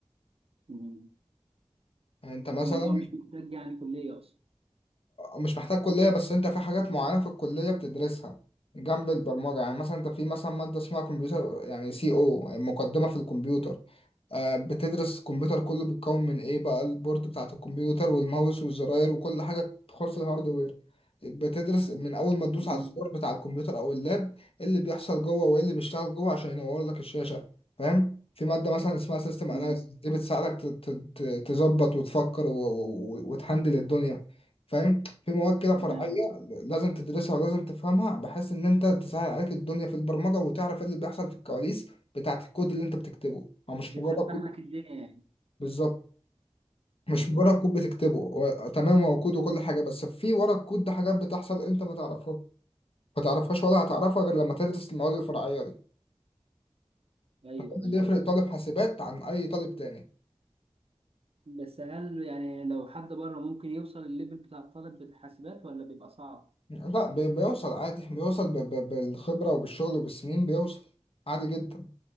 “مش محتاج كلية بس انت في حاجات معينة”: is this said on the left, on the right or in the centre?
Left